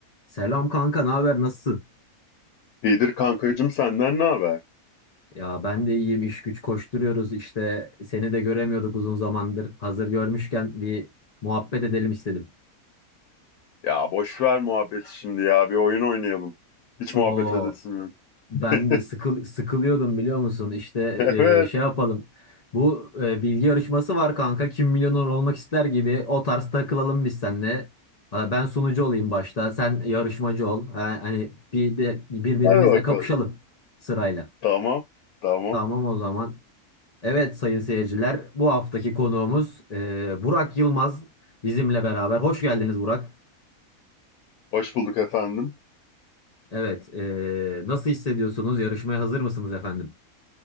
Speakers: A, on the left (about 55°); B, on the left (about 80°).
A: Selam kanka, ne haber? Nasılsın?
B: İyidir kankacığım senden ne haber?
A: Ya ben de iyiyim. iş güç koşturuyoruz işte. Seni de göremiyorduk uzun zamandır. Hazır görmüşken bir muhabbet edelim istedim.
B: Ya boş ver muhabbeti şimdi ya bir oyun oynayalım. Hiç
A: O
B: muhabbet edesim yok.
A: ben
B: <laughs>
A: de sıkıl sıkılıyordum biliyor musun? İşte
B: Evet
A: e, şey yapalım. Bu e, bilgi yarışması var kanka. Kim milyoner olmak ister gibi o tarz takılalım biz seninle. Ha, Ben sunucu olayım başta. Sen yarışmacı ol. Ha, Hani bir de birbirimizle
B: hadi bakalım.
A: kapışalım sırayla.
B: Tamam tamam.
A: Tamam o zaman. Evet sayın seyirciler, bu haftaki konuğumuz e, Burak Yılmaz bizimle beraber. Hoş geldiniz Burak.
B: Hoş bulduk efendim.
A: Evet, e, nasıl hissediyorsunuz? Yarışmaya hazır mısınız efendim?